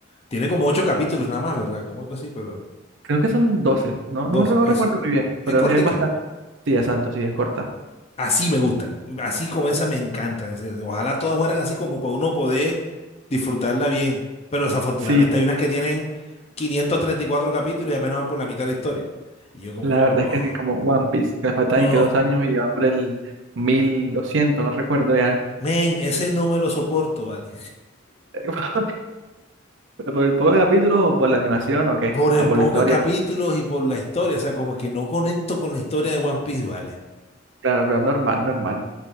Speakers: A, on the left; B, on the right.
A: Tiene como ocho capítulos nada más, ¿verdad? Como algo así, pero
B: Creo que son doce no,
A: dos,
B: no me no
A: eso.
B: recuerdo muy bien, pero
A: Es cortica.
B: es bastante, sí, exacto, sí, es corta.
A: Así me gustan. Así como esa me encantan. o sea, Ojalá todas fueran así como para uno poder disfrutarla bien. Pero desafortunadamente
B: Sí,
A: hay unas que tienen 534 capítulos y apenas van por la mitad de la historia. Y yo como
B: la
A: que
B: verdad
A: no.
B: es que sí, como One Piece, que le faltan
A: no.
B: y que dos años y va por el mil doscientos no recuerdo ya.
A: Men, ese no me lo soporto, ¿vale?
B: <laughs> ¿Pero por el poco de capítulos o por la animación o qué?
A: Por el
B: ¿O por
A: poco
B: la historia?
A: de capítulos y por la historia, o sea, como que no conecto con la historia de One Piece, ¿vale?
B: Claro, claro, normal, normal.